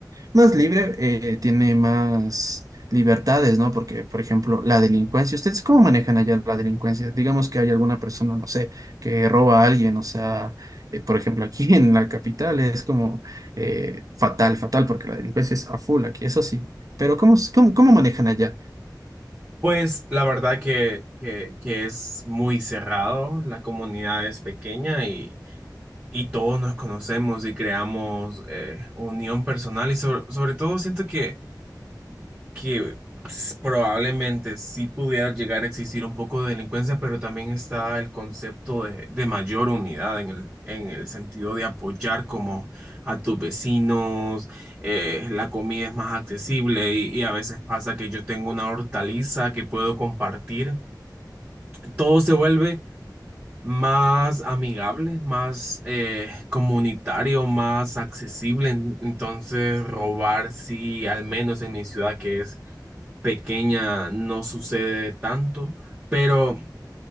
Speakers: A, on the right; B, on the right.
A: más libre, eh, tiene más libertades, ¿no? Porque, por ejemplo, la delincuencia, ¿ustedes cómo manejan allá la delincuencia? Digamos que hay alguna persona, no sé, que roba a alguien, o sea, eh, por ejemplo, aquí <laughs> en la capital es como eh, fatal, fatal, porque la delincuencia es a full aquí, eso sí. Pero ¿cómo, s- cómo, cómo manejan allá?
B: Pues la verdad que, que, que es muy cerrado, la comunidad es pequeña y, y todos nos conocemos y creamos eh, unión personal y sobre, sobre todo siento que, que pues, probablemente sí pudiera llegar a existir un poco de delincuencia, pero también está el concepto de, de mayor unidad en el, en el sentido de apoyar como a tus vecinos, eh, la comida es más accesible y, y a veces pasa que yo tengo una hortaliza que puedo compartir todo se vuelve más amigable, más eh, comunitario, más accesible. En- Entonces, robar, sí, al menos en mi ciudad que es pequeña, no sucede tanto. Pero